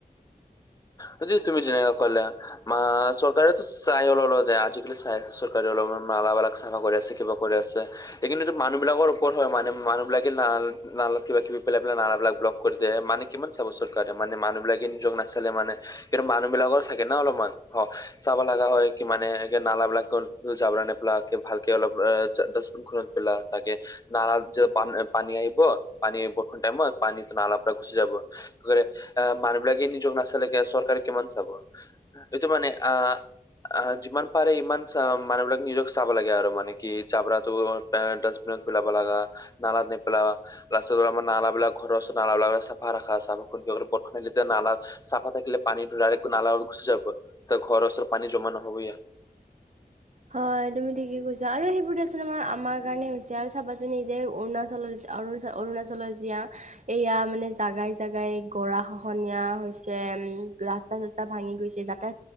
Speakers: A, on the left; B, on the right.
A: যদি তুমি যেনেুৱা কলা- ম চৰকাৰেওো চাই অল দে আজিকালি চাই আছে চৰকাৰে অলপ অলালগ চাফা কৰি আছে কিবা- কৰি আছে। সেই কিন্তুটো মানুহ বিলাকৰ ওপৰত হয় মানে মানুহবিলাকে নালাত কিবা কিবি পেলাই পেলাই নালাবিলাক ব্লক - কৰি দে মানে কিমান চাব চৰকাৰে মানে মানুহ বিলাকে নিজক নাচালে মানে। কিন্তু মানুহবিলাকৰ থাকে না অলপমান। অ চাব লগা হয় কি মানে নালাাবিলাক জাবৰা নেপেলাকে ভালকে অলপ ডাষ্টবিন খ- তাকে নালা যে পানী আহিব পানী বৰষন টাইমত, পানী- নলা পৰা গুচি যাব, আহ মানুহ বিলাকে নিজক নাচালে চৰকাৰে কিমান চাব। এইটো মানে আ- আহ যিমান পাৰে ইমান চ মানুহ বিলাক নিজক চাব লাগে আৰু মানে কি জাবৰাতো- ডাষ্টবিনত পেলাব লগা নালাত নেপেলাবা লা আমাৰ নালা বিলাকৰ ঘৰৰ ওচৰ- নলা বিলাকো চফা ৰাখা চফা খু বৰ খাইে তেতিয়া নালা- চাফা থাকিলে পানীটো ডাইৰেক্ট নালা ঘুচি যাব ঘৰচৰত পানী জমা নহব ইয়া- <inaudible>
B: হয় তুমি ঠিকেই কৈছা আৰু সেইবোৰ দ আচোন আমাৰ আমাৰ কাৰণে হৈছে আৰু চাবাচোন নি যে অৰুণাচলত- অৰুচ অৰুণাচলত এতিয়া- এয়া মানে জাগাই জাগাই গৰা খহনীয়া হৈছে উম ৰাস্তা চাস্তা ভাঙি গৈছে যা- সেনেকা